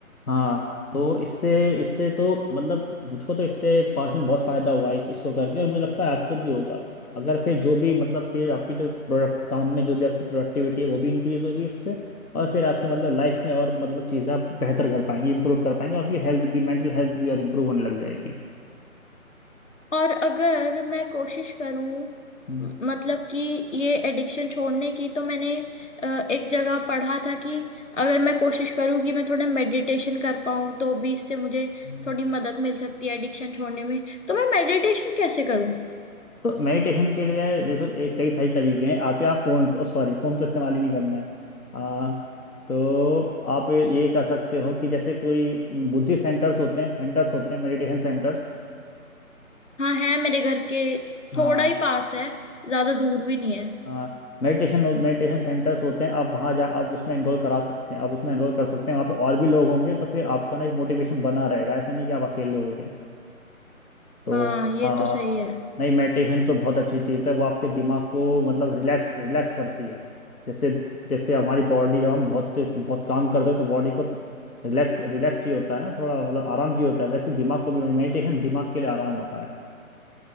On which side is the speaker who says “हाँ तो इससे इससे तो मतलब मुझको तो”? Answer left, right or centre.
Left